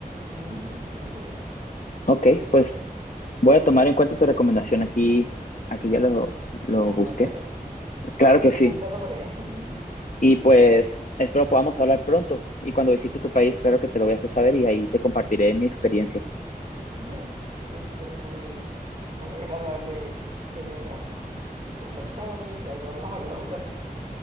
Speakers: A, on the right; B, on the left.
A: ujú, sí, señor,
B: Ok,
A: de verdad
B: pues
A: que sí.
B: Voy a tomar en cuenta tu recomendación aquí. Aquí ya lo, lo
A: Anótalo,
B: busqué. Claro que
A: apúntalo
B: sí.
A: por ahí. <laughs>
B: Y pues espero podamos hablar pronto. Y cuando visite tu país, claro que te lo voy a hacer saber y ahí te compartiré mi experiencia.
A: Bueno, este, muy, muy agradable que me hayas contactado y que hayamos hablado un ratito.